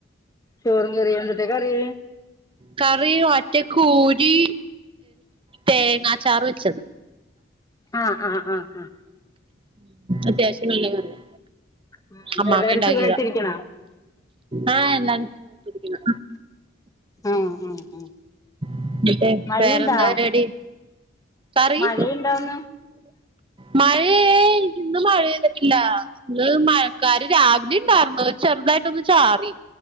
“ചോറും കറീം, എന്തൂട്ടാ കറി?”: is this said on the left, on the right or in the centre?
Left